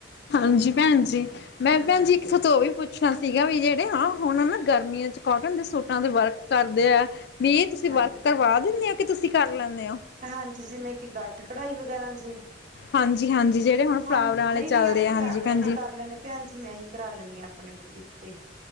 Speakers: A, on the left; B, on the right.
A: ਹਾਂਜੀ ਭੈਣ ਜੀ, ਮੈਂ
B: ਹਾਂਜੀ
A: ਭੈਣ ਜੀ ਇਕ ਸੋਥੋ ਓਵੀ ਪੁ ਛਨਾ ਸੀਗਾ ਵੀ ਜੇੜੇ ਆ ਹੁਣ ਨਾ ਗਰਮੀਆਂ ਚ ਕੋਟਨ ਦੇ ਸੂਟਾਂ ਦੇ ਵਰਕ ਕਰਦੇ ਆ ਵੀ ਏ ਤੁਸੀਂ
B: ਹਾਂ
A: ਵਰਕ ਕਰਵਾ ਦਿਨੇ ਉ ਕੇ ਤੁਸੀਂ ਕਰ ਲੈਂਨੇ ਓ?
B: ਹਾਂਜੀ ਜਿਵੇਂ ਕਿ ਗੱਠ ਕਢਾਈ ਵਗੈਰਾ ਜੀ?
A: ਹਾਂਜੀ-ਹਾਂਜੀ ਜਿਹੜੇ ਹੁਣ ਫਲਾਵਰਾਂ
B: ਹਾਂ
A: ਵਾਲੇ
B: ਨਈ
A: ਚੱਲਦੇ
B: ਨੀ ਆਪਾਂ
A: ਆ ਹਾਂਜੀ
B: ਕਰ
A: ਭੈਣ
B: ਲਈਨੇ
A: ਜੀ
B: ਕਰ ਲਈਨੇ ਭੈਣ ਜੀ ਮੈਂ ਹੀ ਕਰਾ ਲੈਂਨੀ ਆ ਆਪਨੀ ਬੁਟੀਕ ਤੇ ਈ।